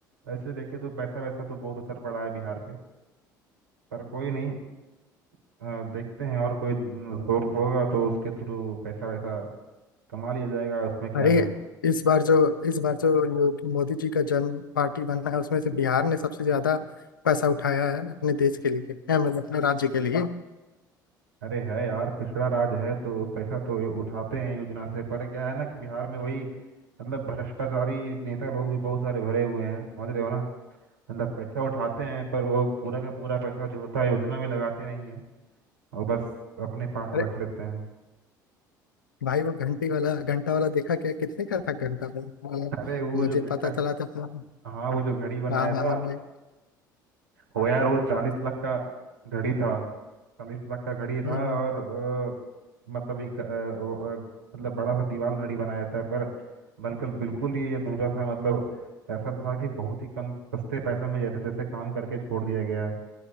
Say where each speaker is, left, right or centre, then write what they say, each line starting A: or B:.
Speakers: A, on the right; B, on the left.
A: ऐसे देखें तो पैसा वैसा तो बहुत असर पड़ा है बिहार पे पर कोई नहीं अ, देखते हैं और कोई सोर्स होगा तो उसके थ्रू पैसा वैसा कमा लिया जाएगा उसमें क्या
B: अरे
A: है
B: इस बार जो इस बार जो यो- मोदी जी का जन्म पार्टी बना है उसमें से बिहार ने सबसे ज्यादा पैसा उठाया है अपने देश के लिए है, मतलब अपने राज्य के लिए
A: अरे है यार पिछड़ा राज है तो पैसा तो ये उठाते हैं योजना से पर क्या है ना कि बिहार में वही मतलब भ्रष्टाचारी नेता लोग भी बहुत सारे भरे हुए हैं समझ रहे हो ना मतलब पैसा उठाते हैं पर वो पूरा का पूरा पैसा जो होता है योजना में लगाते नहीं है और बस अपने पास
B: अरे
A: रख लेते हैं
B: भाई वो घंटे वाला घंटा वाला देखा क्या कितने का था घंटा वो? अ,
A: अरे वो
B: मुझे
A: जो घंटा
B: पता चला था तो-
A: हाँ वो जो घड़ी बनाया
B: हाँ हाँ
A: था
B: हाँ वही।
A: वो यार वो चालीस लाख का घड़ी था चालीस लाख का घड़ी
B: हम्म
A: था
B: हम्म
A: और अ, मतलब एक अ, वो, अ, मतलब बड़ा सा दीवार घड़ी बनाया था पर बिल्कुल बिल्कुल ही अधूरा सा मतलब ऐसा था कि बहुत ही कम सस्ते पैसे में जैसे तैसे काम करके छोड़ दिया गया